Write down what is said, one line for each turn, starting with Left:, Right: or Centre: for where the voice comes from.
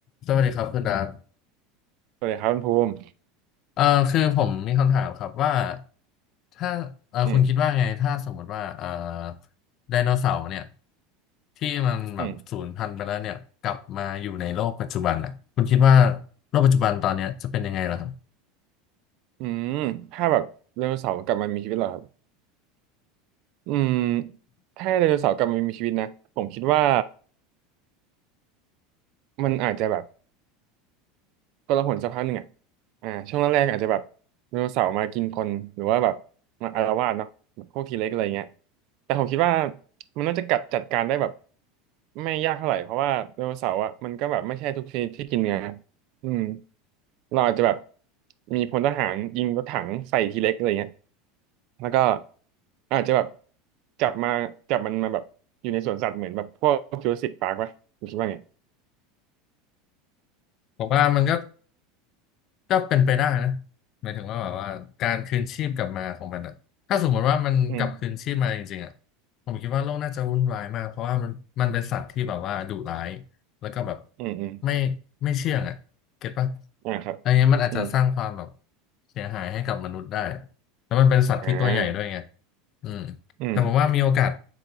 Left: สวัสดีครับคุณดาบ
Right: สวัสดีครับคุณภูมิ
Left: เอ่อคือผมมีคำถามครับว่าถ้าเอ่อคุณคิดว่าไงถ้าสมมติว่าเอ่อ
Right: อืม
Left: ไดโนเสาร์เนี่ยที่มันแบบสูญพันธุ์ไปแล้วเนี่ยกลับมาอยู่ในโลกปัจจุบันอ่ะคุณคิดว่า
Right: อืม
Left: โลกปัจจุบันตอนเนี้ยจะเป็นยังไงล่ะครับ
Right: อืมถ้าแบบไดโนเสาร์กลับมามีชีวิตเหรอครับอืมถ้าไดโนเสาร์กลับมามีชีวิตนะผมคิดว่ามันอาจจะแบบ กละหนสักพักหนึ่งอ่ะอ่าช่วงแรกๆอาจจะแบบไดโนเสาร์มากินคนหรือว่าแบบมาอาละวาดเนาะแบบพวกทีเล็กอะไรเงี้ยแต่ผมคิดว่ามันน่าจะกัดจัดการได้แบบไม่ยากเท่าไหร่เพราะว่าไดโนเสาร์อ่ะมันก็แบบไม่ใช่ทุกชนิดที่กินเนื้ออืมเราอาจจะแบบมีพลทหารยิงรถถังใส่ทีเล็กอะไรเงี้ยแล้วก็อาจจะแบบจับมาจับมันมาแบบอยู่ในสวนสัตว์เหมือนแบบพวกจูราสสิคปาร์คป่ะคุณคิดว่าไง
Left: ผมว่ามันก็ ก็เป็นไปได้นะหมายถึงว่าแบบว่าการคืนชีพกลับมาของมันอะถ้าสมมติว่ามันกลับคืนชีพมาจริงๆอะ
Right: อืม
Left: ผมคิดว่าโลกน่าจะวุ่นวายมากเพราะว่ามันมันเป็นสัตว์ที่แบบว่าดุร้ายแล้วก็แบบ
Right: อืมอืม
Left: ไม่ไม่เชื่องอะเก็ตปะ
Right: อ่าครับ
Left: อันเนี้ยมันอาจจะสร้างความแบบ
Right: อืม
Left: เสียหายให้กับมนุษย์ได้แล้วมันเป็นสัตว์ที่ตัวใหญ่ด้วยไง
Right: อ่า
Left: อืม
Right: อืม
Left: แต่ผมว่ามีโอกาส